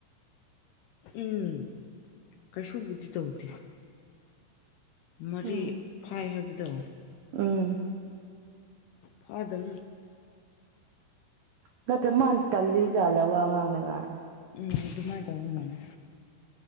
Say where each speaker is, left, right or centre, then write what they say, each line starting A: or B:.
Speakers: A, on the left; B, on the right.
A: ꯎꯝ ꯀꯩꯁꯨꯕꯨꯗꯤ ꯇꯧꯗꯤꯦ ꯃꯔꯤ
B: ꯎꯝ
A: ꯐꯥꯏ ꯍꯥꯏꯕꯗꯣ
B: ꯎꯝ
A: ꯐꯥꯗ
B: ꯉꯇ ꯃꯥꯟ ꯇꯥꯜꯂꯤꯖꯂ ꯋꯥ ꯉꯡꯅꯥꯉꯥꯏ
A: ꯎꯝ ꯑꯗꯨꯃꯥꯏꯅ ꯇꯧꯕꯒꯕꯅꯦ